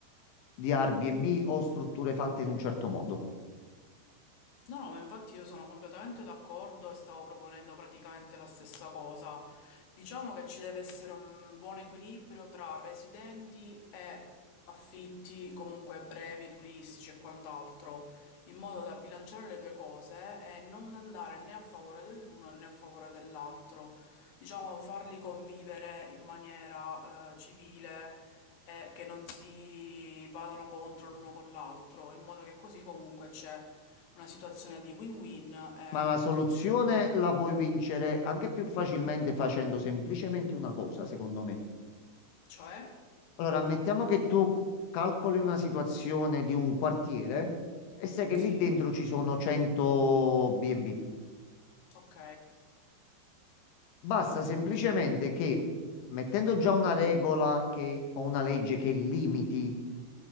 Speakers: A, on the left; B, on the left.
A: di Airbnb o strutture fatte in un certo modo.
B: No, no, ma infatti io sono completamente d'accordo e stavo proponendo praticamente la stessa cosa. Diciamo che ci deve essere un buon equilibrio tra residenti e affitti comunque brevi, turistici e quant'altro, in modo da bilanciare le due cose e non andare né a favore dell'uno né a favore dell'altro diciamo, farli convivere in maniera eh, civile e che non si vadano contro l'uno con l'altro, in modo che così comunque c'è una situazione di win-win e
A: Ma la soluzione
B: tutti si...
A: la puoi vincere anche più facilmente facendo semplicemente una cosa, secondo me.
B: Cioè?
A: Allora, ammettiamo che tu calcoli una situazione di un quartiere e sai che
B: Sì,
A: lì dentro ci sono 100 B&B.
B: ok,
A: Basta semplicemente che, mettendo già una regola che, o una legge che limiti